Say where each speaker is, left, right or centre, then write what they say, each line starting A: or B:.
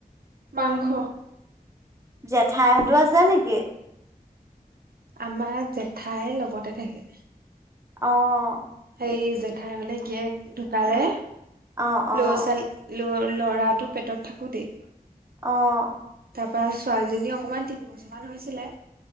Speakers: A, on the right; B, on the right.
A: মাংস।
B: জেঠাইহঁতো আছে নেকি?
A: আমাৰ জেঠাইৰ লগতে থাকে।
B: অহ।
A: সেই জেঠাই মানে গীয়েক ঢুকালে।
B: অহ
A: ল'ৰা
B: অহ।
A: ছোৱালী ল'ৰাটো পেটত থাকো তেই।
B: অহ।
A: তাৰপা ছোৱালীজনী অকমান তিন বছৰ মান হৈছিলে